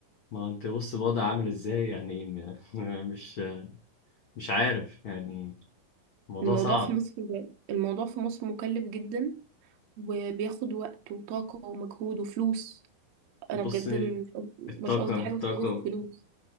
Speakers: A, on the left; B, on the right.
A: ما هو انت بص الوضع عامل ازاي يعني م- <laughs> مش مش عارف يعني الموضوع
B: الموضوع
A: صعب
B: في مصر الموضوع في مصر مكلف جدا وبياخد وقت وطاقه ومجهود وفلوس انا
A: بص
B: بجد م- مش
A: الطاقة
B: قصدي حاجه
A: الطاقة
B: بس هو بياخد فلوس